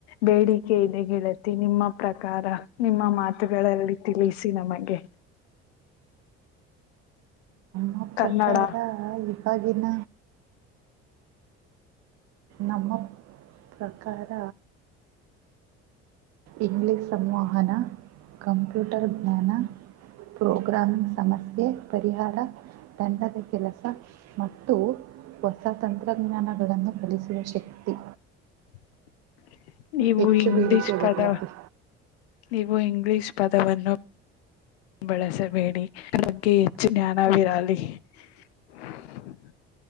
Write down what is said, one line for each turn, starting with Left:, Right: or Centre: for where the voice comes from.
Left: ಬೇಡಿಕೆ. ಹದೆ ಗೆಳತಿ ನಿಮ್ಮ ಪ್ರಕಾರ ನಿಮ್ಮ ಮಾತುಗಳಲ್ಲಿ ತಿಳಿಸಿ ನಮಗೆ.
Right: ಆ ಪ್ರಕಾರ
Left: ಕನ್ನಡ
Right: ಇವಾಗಿನ. ನಮ್ಮ ಪ್ರಕಾರ. ಇಂಗ್ಲಿಷ್ ಸಂವಹನ ಕಂಪ್ಯೂಟರ್ ಜ್ಞಾನ. ಪ್ರೋಗ್ರಾಮಿಂಗ್ ಸಮಸ್ಯೆ ಪರಿಹಾರ ದಂಡದ ಕೆಲಸ ಮತ್ತು. ಹೊಸ ತಂತ್ರಜ್ಞಾನಗಳನ್ನು ಫಲಿಸುವ ಶಕ್ತಿ.
Left: <inaudible> ನೀವು
Right: ಹೆಚ್ಚು
Left: ಇಂಗ್ಲಿಷ್
Right: ಬೇಡಿಕೆ ಇದೆ
Left: ಪದ
Right: ಗೆಳತಿ
Left: ನೀವು ಇಂಗ್ಲಿಷ್ ಪದವನ್ನು ಬಳಸಬೇಡಿ ನನ್ನ ಬಗ್ಗೆ ಹೆಚ್ಚು ಜ್ಞಾನವಿರಲಿ. <inaudible>